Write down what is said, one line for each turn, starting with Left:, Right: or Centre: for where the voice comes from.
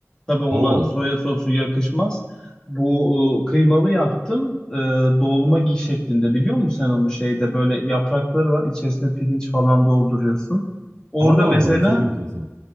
Left: Tabii ona
Right: Oo,
Left: soya sosu yakışmaz. Bu e, kıymalı yaptım. E, dolma gi şeklinde biliyor musun sen onu şeyde böyle yaprakları var. içerisine pirinç falan dolduruyorsun. Orada
Right: Allah
Left: mesela
Right: Allah çok enteresan.